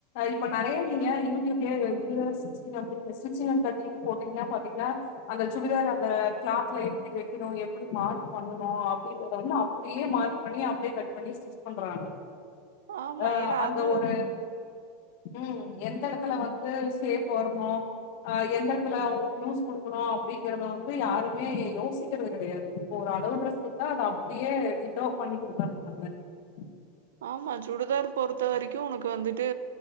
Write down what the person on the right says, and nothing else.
ஆமா
ஏன்னா
அது
ஆமா சுடிதார் பொறுத்த வரைக்கு உனக்கு வந்துட்டு